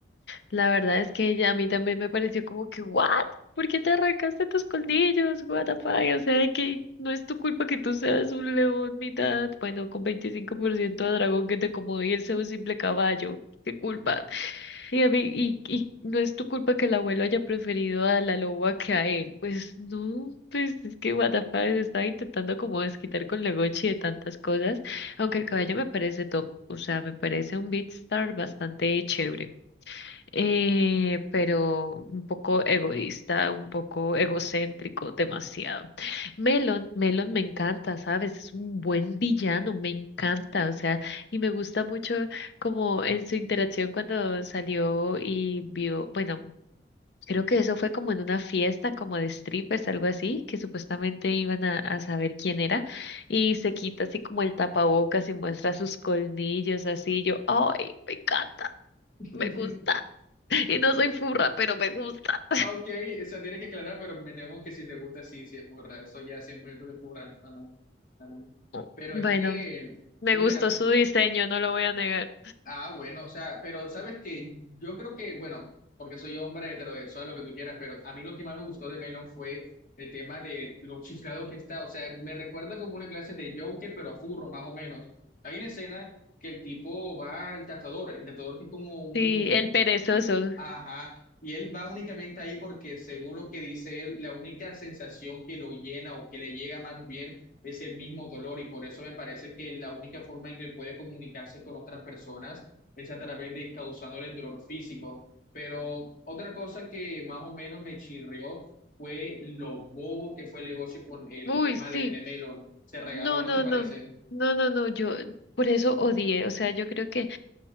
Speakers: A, on the left; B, on the left.
A: La verdad es que ella a mí también me pareció como que, ¿what? ¿Por qué te arrancaste tus colmillos? What the fuck? O sea, que no es tu culpa que tú seas un león mitad, bueno, con 25% de dragón que te como y él sea un simple caballo. ¿Qué culpa? Sí, a mí, y, y no es tu culpa que el abuelo haya preferido a la loba que a él. Pues no, pues es que what the fuck, se estaba intentando como desquitar con la Gochi de tantas cosas, aunque el caballo me parece top, o sea, me parece un beatstar bastante chévere eh, pero un poco egoísta, un poco egocéntrico, demasiado. Melon, Melon me encanta, ¿sabes? Es un buen villano, me encanta, o sea, y me gusta mucho como en su interacción cuando salió y vio, bueno, creo que eso fue como en una fiesta, como de strippers, algo así, que supuestamente iban a, a saber quién era, y se quita así como el tapabocas y muestra sus colmillos, así, yo, ¡ay, me encanta! Me
B: <laughs>
A: gusta. Y no soy furra, pero me gusta.
B: Ok, eso tiene que aclarar, pero me temo que si te gusta, sí, sí, es burra. Eso ya 100% de burra. No, no, no, no.
A: <laughs>
B: Pero
A: Bueno,
B: es que,
A: me
B: mira,
A: gustó su diseño, no lo voy a negar.
B: Ah, bueno, o sea, pero sabes que yo creo que, bueno, porque soy hombre heterosexual, lo que tú quieras, pero a mí lo que más me gustó de Melon fue el tema de lo chiflado que está, o sea, me recuerda como una clase de Joker, pero a furro, más o menos. Hay una escena que el tipo va al tatuador, el tatuador que es como un,
A: Sí, el perezoso.
B: Ajá. Y él va únicamente ahí porque, según lo que dice él, la única sensación que lo llena o que le llega más bien es el mismo dolor. Y por eso me parece que la única forma en que puede comunicarse con otras personas es a través de causándole el dolor físico. Pero otra cosa que más o menos me chirrió fue lo bobo que fue el negocio con el
A: Uy,
B: tema
A: sí.
B: de, de Melon. Se regaló,
A: No,
B: ¿no
A: no,
B: te parece?
A: no. No, no, no. Yo por eso odié. O sea, yo creo que